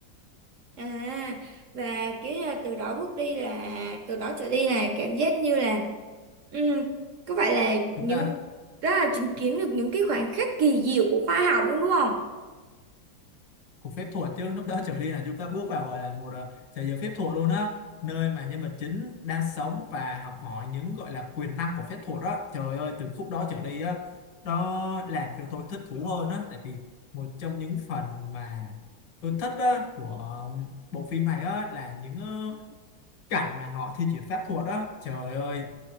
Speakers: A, on the right; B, on the left.
A: À, và cái à, từ đó bước đi là, từ đó trở đi là cảm giác như là, ừ, có phải là
B: chúng
A: những,
B: ta
A: đó là chứng kiến được những cái khoảnh khắc kỳ diệu của khoa học luôn đúng không?
B: cuộc phép thuật chứ lúc đó trở đi là chúng ta bước vào gọi là một ờ, thế giới phép thuật luôn á nơi mà nhân vật chính đang sống và học hỏi những gọi là quyền năng của phép thuật đó trời ơi từ khúc đó trở đi á nó làm cho tôi thích thú hơn á tại vì một trong những phần mà tôi thích á của ờ, bộ phim này á là những ờ, cảnh mà họ thi triển pháp thuật á trời ơi